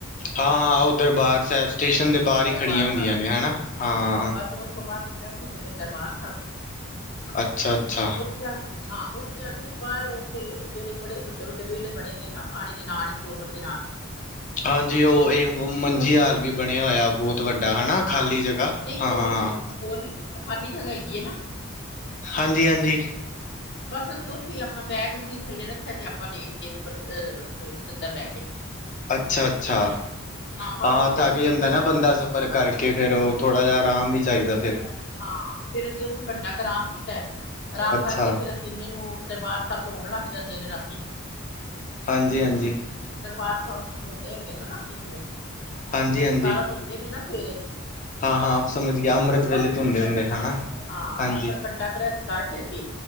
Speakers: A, on the left; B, on the left.
A: ਹਾਂ-ਹਾਂ ਓ ਓਦਰ ਬਾਰ ਸੈਬ ਸਟੇਸ਼ਨ ਦੇ ਬਾਰ ਈ
B: ਦਰਬਾਰ
A: ਖੜੀਆਂ ਹੁੰਦੀਆਂ ਨੇ ਹੈਨਾ ਹਾਂ।
B: ਉੱਥੋਂ ਓਥੋਂ ਬਸ ਚ ਬੈਠੇ ਤੇ ਫੇਰ ਦਰਬਾਰ ਸੈਬ।
A: ਅੱਛਾ-ਅੱਛਾ।
B: ਜਾ ਕੇ ਹਾਂ ਓੱਥੇ ਜਾ ਕੇ ਅਸੀਂ ਬਾਰ ਓੱਥੇ ਜੇੜੇ ਬੜੇ ਵੱਡੇ-ਵੱਡੇ ਵੇੜੇ ਬਣੇ ਹੋਏ ਨਾ ਪਾਣੀ ਦੇ ਨਾਲ ਈ ਸਰੋਵਰ ਦੇ ਨਾਲ।
A: ਹਾਂਜੀ ਓ ਏ ਮੰਜੀ
B: ਬਸ
A: ਹਾਲ ਵੀ ਬਣਿਆ ਹੋਇਆ ਬੋਤ ਵੱਡਾ ਹੈਨਾ
B: ਹਾਂ
A: ਖਾਲੀ ਜਗ੍ਹਾ
B: ਨਹੀਂ
A: ਹਾਂ।
B: ਹੋਰ ਨਹੀਂ ਹੋਰ ਨਹੀਂ ਜਿੱਥੇ ਖਾਲੀ ਜਗ੍ਹਾ ਹੈਗੀ ਹੈ ਨਾ
A: ਹਾਂਜੀ-ਹਾਂਜੀ।
B: ਬਸ ਅਸੀਂ ਓੱਥੇ ਈ ਆਪਣਾ ਬੈਗ ਸੀਟ ਥੱਲੇ ਰੱਖਿਆ ਤੇ ਆਪਾਂ ਲੇਟ ਗਏ ਉੱਪਰ ਅ ਚੱਦਰ ਲੈ ਕੇ। <inaudible>
A: ਅੱਛਾ-ਅੱਛਾ
B: ਬਸ
A: ਹਾਂ
B: ਉੱਥੇ
A: ਥੱਕ
B: ਅਸੀਂ
A: ਜਾਂਦਾ
B: ਘੰਟਾ
A: ਨਾ
B: ਕੁ
A: ਬੰਦਾ ਸ ਫਰ ਕਰਕੇ ਫੇਰ ਓ ਥੋੜਾ ਜਿਆ ਆਰਾਮ ਵੀ ਚਾਈਦਾ ਫੇਰ।
B: ਹਾਂ ਫੇਰ ਅਸੀਂ ਓਥੇ ਘੰਟਾ ਕੁ ਆਰਾਮ ਕੀਤਾ ਆਰਾਮ
A: ਅੱਛਾ
B: ਕਰਕੇ ਫੇਰ ਅਸੀਂ ਇਨੇ ਨੂੰ ਦਰਬਾਰ ਧੋਨ ਲੱਗ ਜਾਂਦੇ ਨੇ ਰਾਤੀ।
A: ਹਾਂਜੀ-ਹਾਂਜੀ।
B: ਦਰਬਾਰ ਸਾਬ ਧੋਂਦੇ ਹੈਗੇ ਨਾ ਰਾਤੀ ਜਿਵੇਂ
A: ਹਾਂਜੀ ਹਾਂਜੀ
B: ਸਾਰਾ ਧੋਂਦੇ ਨੇ ਨਾ ਸਵੇਰੇ।
A: ਹਾਂ ਹਾਂ ਸਮਝ ਗਿਆ ਅੰਮ੍ਰਿਤ ਵੇਲੇ
B: ਬਸ ਅਸੀਂ
A: ਧੁੰਦੇ
B: ਹਾਂ
A: ਹੁੰਦੇ ਹਨਾ
B: ਹਾਂ
A: ਹਾਂਜੀ
B: ਬਸ ਘੰਟਾ ਕ ਰੈਸਟ ਕਰਕੇ ਅਸੀ